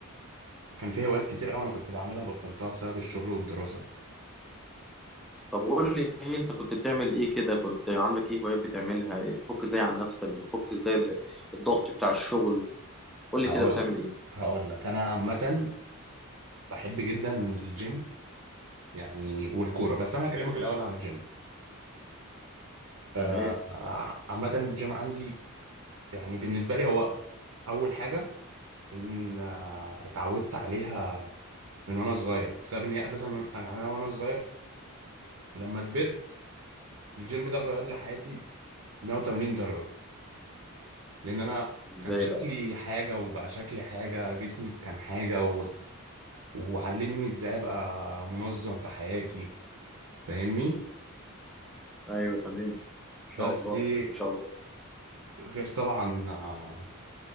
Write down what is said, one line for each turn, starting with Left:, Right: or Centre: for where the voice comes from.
Right: كان في هوايات كتير قوي انا كنت بعملها بطلتها بسبب الشغل والدراسة
Centre: طب قول لي إيه انت كنت بتعمل ايه كده كنت عندك ايه هوايات بتعملها بتفك ازاي عن نفسك بتفك ازاي ال- الضغط بتاع الشغل قول لي
Right: هقول
Centre: كده بتعمل ايه
Right: هقول لك انا عامة بحب جدا الجيم يعني والكورة بس انا هكلمك الاول عن الجيم آه،
Centre: تمام
Right: عامة الجيم عندي يعني بالنسبة لي هو اول حاجة ان آه، اتعودت عليها من وانا صغير بسبب ان هي اساسا من... انا انا وانا صغير لما كبرت الجيم ده غير لي حياتي 180 درجة لأن أنا
Centre: ازاي
Right: كان مم. شكلي
Centre: بقى
Right: حاجة وبقى شكلي حاجة جسمي كان حاجة و... وعلمني إزاي أبقى منظم في حياتي فاهمني
Centre: ايوه تمام ان شاء
Right: بس
Centre: الله
Right: دي
Centre: ما شاء الله
Right: غير طبعا آه،